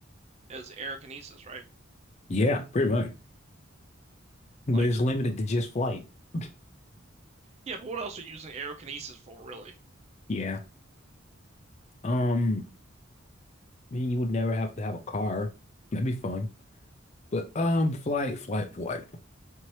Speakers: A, on the right; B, on the left.
A: as aerokinesis, right?
B: Yeah, pretty much. But
A: Like,
B: it's limited to just flight. <laughs>
A: yeah, but what else are you using aerokinesis for, really?
B: Yeah. Um, I mean you would never have to have a car. That'd be fun. But um flight, flight, flight.